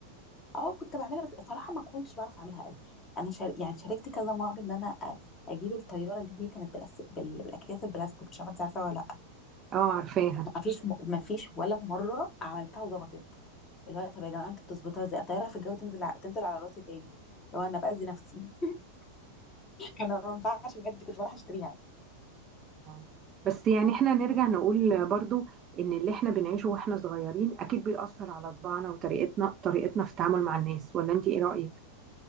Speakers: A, on the left; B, on the right.
A: اه كنت بعملها بس صراحه ما كنتش بعرف اعملها قوي انا شار... يعني شاركت كذا مره ان انا أ- اجيب الطياره اللي هي كانت بالأس... بال... بالاكياس البلاستيك مش عارفه انت عارفاها ولا لا
B: اه عارفاها
A: ما فيش ما فيش ولا مره عملتها وظبطت اللي هو طب يا جماعه انتوا بتظبطوها ازاي الطياره في الجو تنزل ع... تنزل على راسي تاني لو انا باذي نفسي <laughs> انا ما ينفعش في الحته دي كنت بروح اشتريها
B: آه. بس يعني احنا نرجع نقول برضو ان اللي احنا بنعيشه واحنا صغيرين اكيد بيأثر على طباعنا وطريقتنا طريقتنا في التعامل مع الناس ولا انتي ايه رأيك